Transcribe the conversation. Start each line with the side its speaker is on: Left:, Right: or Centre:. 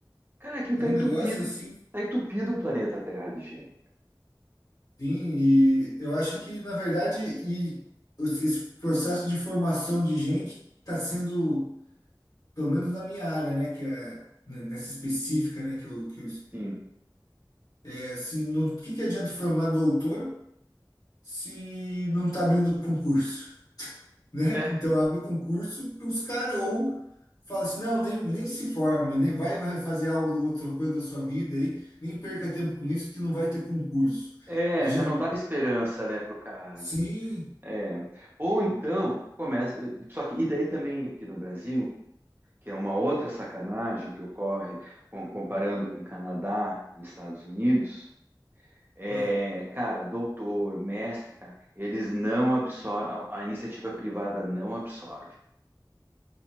Right: Cara, aqui tá
Left: É um
Right: entupido.
Left: negócio assim,
Right: Tá entupido o planeta Terra de gente.
Left: sim. E eu acho que, na verdade, e os- esse processo de formação de gente está sendo, pelo menos na minha área, né, que é né, nessa específica, né, que eu, que eu,
Right: Sim.
Left: é assim, não, o que que adianta formar doutor? se não está abrindo concurso, <laughs> né?
Right: É,
Left: Então abre concurso para os caras ou fala assim, não, nem, nem se forma, nem vai, vai fazer algo outra coisa da sua vida aí, nem perca tempo com isso que não vai ter concurso.
Right: é,
Left: Ele Já,
Right: já não dá esperança, né, pro cara.
Left: sim,
Right: É. Ou então começa. Só que, e daí também aqui no Brasil, que é uma outra sacanagem que ocorre com- comparando com Canadá e Estados Unidos, é,
Left: ah,
Right: cara, doutor, mestre, cara, eles não absorvem, a, a iniciativa privada não absorve.